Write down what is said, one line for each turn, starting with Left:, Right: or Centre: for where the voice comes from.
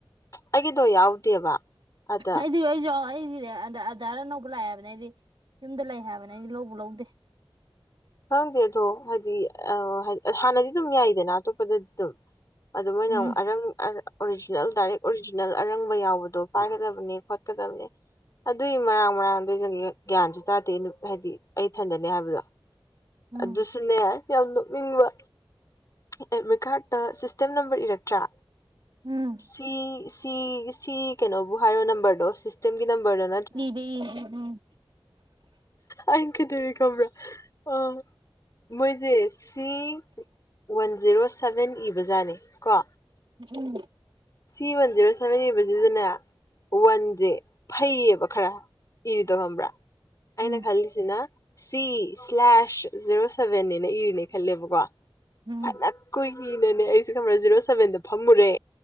Left: ꯑꯩꯒꯤꯗꯣ ꯌꯥꯎꯗꯦꯕ ꯑꯗ
Right: ꯑꯩꯖꯨ ꯑꯩꯖ ꯑꯗꯥꯥꯔ ꯑꯅꯧꯕ ꯂꯥꯛꯑꯦ ꯍꯥꯏꯕꯅꯦ ꯑꯩꯗꯤ ꯌꯨꯝꯗ ꯂꯩ ꯍꯥꯏꯕꯅꯦ ꯑꯩꯗꯤ ꯂꯧꯕ ꯂꯧꯗꯦ
Left: ꯈꯪꯗꯦ ꯑꯗꯣ ꯍꯥꯏꯗꯤ ꯍꯥꯟꯅꯗꯤ ꯑꯗꯨꯝ ꯌꯥꯏꯗꯅ ꯑꯇꯣꯞꯄꯗꯗꯤ ꯑꯗꯨꯝ ꯑꯗꯨ ꯃꯣꯏꯅ
Right: ꯎꯝ
Left: ꯑꯃꯨꯛ ꯑꯔꯪ ꯑꯣꯔꯤꯖꯤꯅꯦꯜ ꯗꯥꯏꯔꯦꯛ ꯑꯣꯔꯤꯖꯤꯅꯦꯜ ꯑꯔꯪꯕ ꯌꯥꯎꯕꯗꯣ ꯄꯥꯏꯒꯗꯕꯅꯤ ꯈꯣꯠꯀꯗꯕꯅꯦ ꯑꯗꯨꯏ ꯃꯔꯥꯡ ꯃꯔꯥꯡꯗꯪ ꯒ꯭ꯌꯥꯟꯁꯨ ꯇꯥꯗꯦ ꯍꯥꯏꯗꯤ ꯑꯩ ꯊꯟꯗꯅꯤ ꯍꯥꯏꯕꯗꯣ
Right: ꯎꯝ
Left: ꯑꯗꯨꯁꯨꯅꯦ ꯌꯥꯝ ꯅꯣꯛꯅꯤꯡꯕ ꯑꯦꯗꯃꯤ ꯀꯥꯔꯠ ꯁꯤꯁꯇꯦꯝ ꯅꯝꯕꯔ ꯏꯔꯛꯇ꯭ꯔꯥ
Right: ꯎꯝ
Left: ꯁꯤ ꯁꯤ ꯁꯤ ꯀꯩꯅꯣꯕꯨ ꯍꯥꯏꯔꯣ ꯅꯝꯕꯔꯗꯣ ꯁꯤꯁꯇꯦꯝꯒꯤ ꯅꯝꯕꯔꯗ
Right: ꯏꯔꯤ ꯎꯝ ꯎꯝ
Left: ꯑꯩꯅ ꯀꯩꯗꯧꯔꯤ ꯈꯕ꯭ꯔꯥ ꯑ ꯃꯣꯏꯁꯦ ꯁꯤ ꯋꯥꯟ ꯖꯦꯔꯣ ꯁꯕꯦꯟ ꯏꯕꯖꯥꯠꯅꯦ ꯀꯣ
Right: ꯎꯝ
Left: ꯁꯤ ꯋꯥꯟ ꯖꯦꯔꯣ ꯁꯚꯦꯟ ꯏꯕꯁꯤꯗꯅꯦ ꯋꯥꯟꯖꯦ ꯐꯩꯌꯦꯕ ꯈꯔ ꯏꯔꯤꯗꯣ ꯈꯪꯕ꯭ꯔꯥ ꯑꯩꯅ
Right: ꯎꯝ
Left: ꯈꯜ ꯁꯤꯅ ꯁꯤ ꯁ꯭ꯂꯦꯁ ꯖꯦꯔꯣ ꯁꯕꯟꯅꯦꯅ ꯏꯔꯅꯦ ꯈꯜꯂꯦꯕꯀꯣ
Right: ꯎꯝ ꯎꯝ
Left: ꯐꯅ ꯀꯨꯏꯅꯅꯦ ꯑꯩꯁꯦ ꯈꯪꯕꯔ ꯖꯦꯔꯣ ꯁꯚꯦꯟꯗ ꯐꯝꯃꯨꯔꯦ